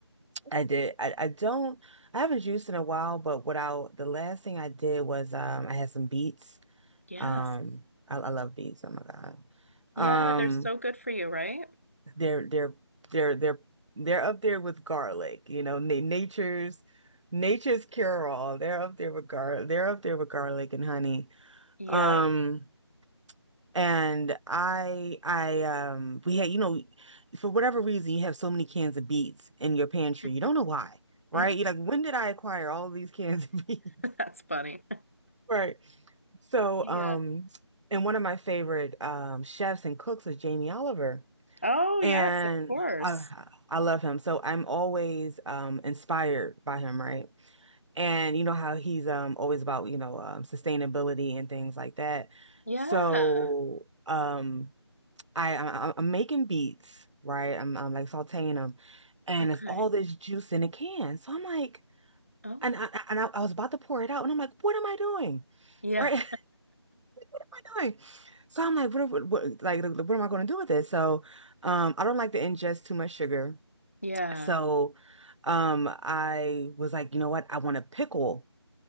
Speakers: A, on the right (about 85°); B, on the left (about 30°).
A: I did. I, I don't I haven't juiced in a while, but what I the last thing I did was um I had some beets.
B: Yes.
A: Um I, I love beets. Oh my God.
B: Yeah,
A: Um
B: they're so good for you, right?
A: they're they're they're they're they're up there with garlic, you know, na nature's nature's cure all. They're up there with gar they're up there with garlic and honey.
B: Yeah.
A: Um, and I, I, um, we had, you know, for whatever reason, you have so many cans of beets in your pantry.
B: <laughs>
A: You don't know why, right?
B: <laughs>
A: You're like, when did I acquire all these cans of <laughs> beets?
B: That's funny.
A: Right. So,
B: Yeah.
A: um, and one of my favorite um chefs and cooks is Jamie Oliver.
B: Oh,
A: And
B: yes, of course.
A: I I love him. So I'm always um inspired by him, right? And you know how he's um always about, you know, um sustainability and things like that.
B: Yeah.
A: So um I, I I'm making beats, right? I'm I'm like sautéing them and
B: Okay.
A: it's all this juice in a can. So I'm like,
B: Oh,
A: and I and I, I was about to pour it out, and I'm like, what am I doing?
B: yeah.
A: Right? <laughs> What am I doing? So I'm like, what, what, what like like, what am I going to do with this? So um, I don't like to ingest too much sugar.
B: Yeah.
A: So, um, I was like, you know what? I want to pickle